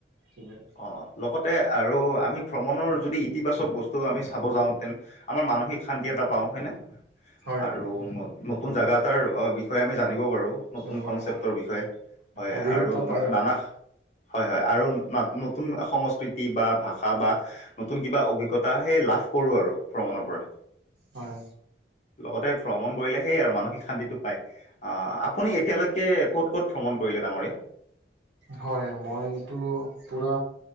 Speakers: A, on the right; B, on the left.
A: থিকে
B: অ লগতে আৰু আমি ভ্ৰমণৰ যদি ইতিবাচক বস্তু আমি চাব যাওঁতেন আমাৰ মানসিক শান্তি এটা পাওঁ হয় নে
A: হয়
B: আৰু ন নতুন জাগা এটাৰ বিষয়ে আমি জানিব পাৰো নতুন
A: জানিব
B: কনচেপ্টৰ
A: লাগিব
B: বিষয়ে হয়
A: অভিজ্ঞতা
B: আৰু
A: পায় আৰু
B: নানা হয় হয় আৰু ন নতুন সংস্কৃতি বা ভাষা বা নতুন কিবা অভিজ্ঞতা সেই লাভ কৰোঁ আৰু ভ্ৰমণৰ পৰা
A: হয়
B: লগতে ভ্ৰমণ কৰিলে সেই আৰু মানসিক শান্তিটো পায় অ আপুনি এতিয়ালৈকে ক'ত ক'ত ভ্ৰমণ কৰিলে ডাঙৰীয়া?
A: হয় মই এইটো পুৰা